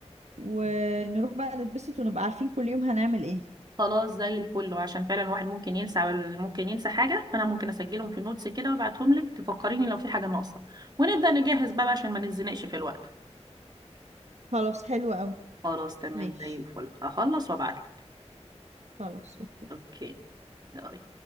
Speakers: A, on the right (about 75°); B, on the right (about 35°).
A: ونروح بقى نتبسط ونبقى عارفين كل يوم هنعمل ايه
B: خلاص زي الفل وعشان فعلا الواحد ممكن ينسى وال- ممكن ينسى حاجة فأنا ممكن أسجلهم في النوتس كده وأبعتهم لك تفكريني لو في حاجة ناقصة ونبدأ نجهز بقى عشان ما نتزنقش في الوقت
A: خلاص حلو قوي
B: خلاص تمام
A: ماشي
B: زي الفل هخلص وأبعتلك
A: خلاص اوكي
B: أوكي يلا